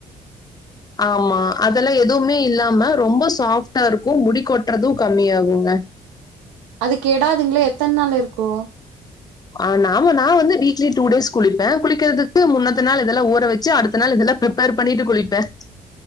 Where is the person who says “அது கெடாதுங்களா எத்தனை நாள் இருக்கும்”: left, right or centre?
Right